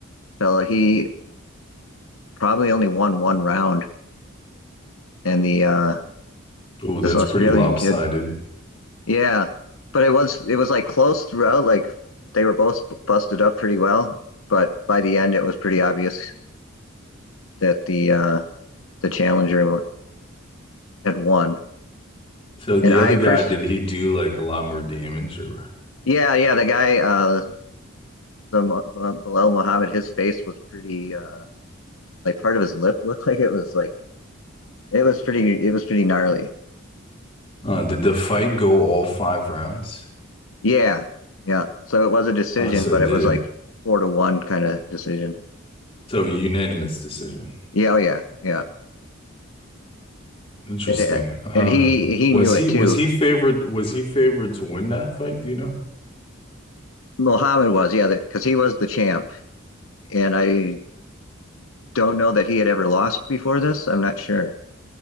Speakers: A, on the left; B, on the left.
A: fella, he probably only won one round and the uh
B: Oh, that's
A: this Australian
B: pretty lopsided.
A: kid Yeah, but it was it was like close throughout. Like they were both b- busted up pretty well, but by the end it was pretty obvious that the uh the challenger had won.
B: So the
A: And I
B: other guy,
A: first,
B: did he do like a lot more damage, or
A: yeah, yeah, the guy, uh, the Mo- uh, Bilal Muhammad, his face was pretty uh like part of his lip <laughs> looked like it was like it was pretty it was pretty gnarly.
B: uh, did the fight go all five rounds?
A: Yeah, yeah. So it was a decision,
B: Oh, so
A: but
B: it
A: it
B: did.
A: was like four to one kind of decision.
B: So unanimous decision.
A: Yeah, oh yeah, yeah.
B: Interesting.
A: And uh,
B: Um,
A: and he he
B: was
A: knew it
B: he
A: too.
B: was he favored? Was he favored to win that fight? Do you know?
A: Muhammad was, yeah, because he was the champ, and I don't know that he had ever lost before this. I'm not sure.